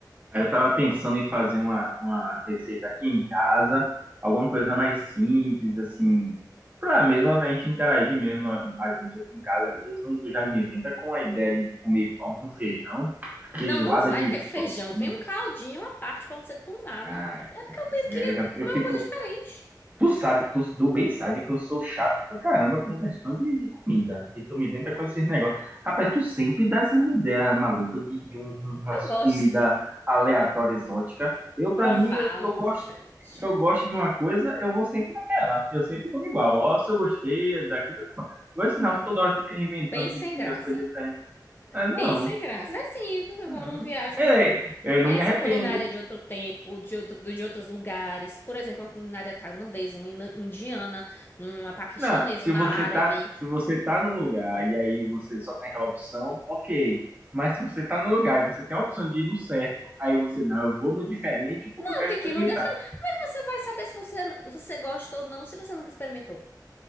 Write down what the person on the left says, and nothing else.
Não, não vai
ter feijão.
Vem um caldinho à parte pra você tomar.
Mas é porque eu pe- queria
comer
uma coisa diferente.
Eu gosto.
Provar
uma
coisa diferente.
Bem sem
graça.
Bem
sem graça. É Assim, eu
não viajo,
não,
não conhece
a culinária de outro tempo, de outro, de outros lugares. Por exemplo, uma culinária tailandesa, uma ina- indiana, uma paquistanesa,
uma
árabe.
Não,
tem
que ir no defender. Como é que você vai saber se você, você gosta ou não se você nunca experimentou?